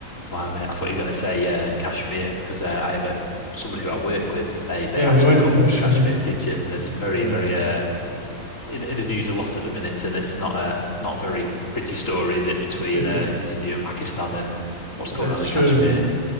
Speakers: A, on the left; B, on the right.
A: Well, I mean, I thought you were going to say uh, Kashmir because uh, I have a somebody who I work with. They they
B: yeah,
A: actually
B: we went
A: come
B: to Kashmir.
A: from Kashmir. Did you? That's very
B: Yeah,
A: very uh, in in the news a lot at the minute, and it's not a not very pretty story, is it, between
B: bit.
A: uh, India and Pakistan and what's going
B: That's
A: on
B: true.
A: in Kashmir?